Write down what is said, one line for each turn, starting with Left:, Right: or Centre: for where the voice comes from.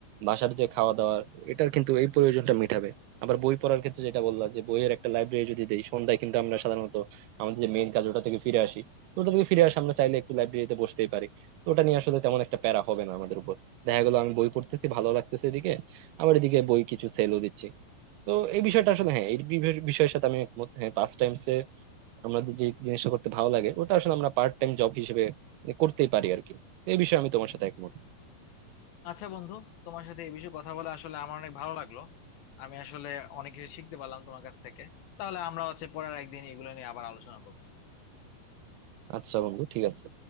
Right: বাসার যে খাওয়া দাওয়া এটার কিন্তু এই প্রয়োজনটা মেটাবে আবার বই পড়ার ক্ষেত্রে যেটা বললাম যে বইয়ের একটা লাইব্রেরি যদি দেই সন্ধ্যায় কিন্তু আমরা সাধারণত আমাদের যে মেইন কাজ ওটা থেকে ফিরে আসি তো ওটা থেকে ফিরে আসে আমরা চাইলে একটু লাইব্রেরিতে বসতেই পারি তো ওটা নিয়ে আসলে তেমন একটা প্যারা হবে না আমাদের উপর দেখা গেলো আমি বই পড়তেছি ভালো লাগতেছে এদিকে আবার এদিকে বই কিছু সেলও দিচ্ছি তো এই বিষয়টা আসলে হ্যাঁ এই বি- বিষয়ের সাথে আমি একমত হ্যাঁ পাস টাইমসে আমাদের যে জিনিসটা করতে ভালো লাগে ওটা আসলে আমরা পার্ট টাইম জব হিসেবে করতেই পারি আর কি তো এই বিষয়ে আমি তোমার সাথে একমত
Left: আচ্ছা বন্ধু তোমার সাথে এই বিষয়ে কথা বলে আসলে আমার অনেক ভালো লাগলো আমি আসলে অনেক কিছু শিখতে পারলাম তোমার কাছ থেকে তাহলে আমরা হচ্ছে পরের একদিন এগুলো নিয়ে আবার আলোচনা করবো
Right: আচ্ছা বন্ধু ঠিক আছে